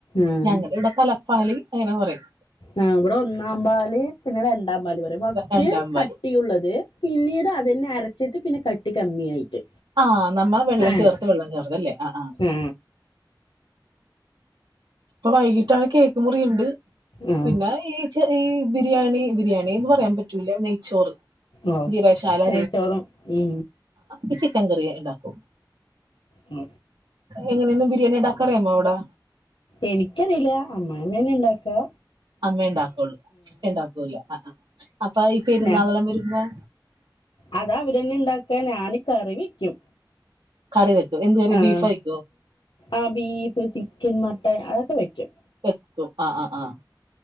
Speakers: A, on the left; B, on the right.
A: ആഹ്
B: ഞങ്ങളിവിടെ തല പാല് അങ്ങനെ പറയും
A: ആ ഇവിടെ ഒന്നാമ്പാല് പിന്നെ ര രണ്ടാം പാല് പറയും ഫസ്റ്റ്
B: രണ്ടാം
A: കട്ടിയുള്ളത്
B: പാൽ
A: പിന്നീട് അതെന്നെ അര വച്ചിട്ട് പിന്നെ കട്ട് കമ്മിയായിട്ട്
B: ആഹ നമ്മ വെള്ളം
A: അങ്ങനെ
B: ചേർത്ത് വെള്ളം ചേർത്ത് അല്ലേ ആ് ആ്
A: ആ
B: ഇപ്പൊ വൈകിട്ടാണ് കേക്ക്‌ മുറി ഉണ്ട്
A: ആ
B: പിന്നെ ഈ ഈ ബിരിയാണി ബിരിയാണി എന്ന് പറയാൻ പറ്റൂല നെയ്ച്ചോറ്
A: ഓ
B: ജീരകശാല
A: നായ്യ് ചോറും ഉ
B: ഇ ചിക്കൻ കറി ഉണ്ടാക്കൂ
A: മ
B: എങ്ങനെയൊന്നും ബിരിയാണി ഉടാക്കാറിയമ്മോ അവിടെ
A: എനിക്കറിയില്ല അമ്മാമ്മേനെ ഉണ്ടാക്കാ
B: അമ്മ ഉണ്ടാക്കള്ളൂഞാൻ ഉണ്ടാക്കൂല ആ അപ്പൊ ഈ പെരുന്നാളെല്ലാം
A: ഞാ
B: വരുബോൾ
A: അതാ അവരെന്നെ ഉണ്ടാക്കുക ഞാൻ കറി വെക്കും
B: കറി വെക്കും എന്ത് കറി
A: ആഹ
B: ബീഫ് ആയിക്കോ
A: ആ ബീഫ് ചിക്കൻ മട്ടൻ അതൊക്കെ വയ്ക്കും
B: എ ആ ആ് ആഹ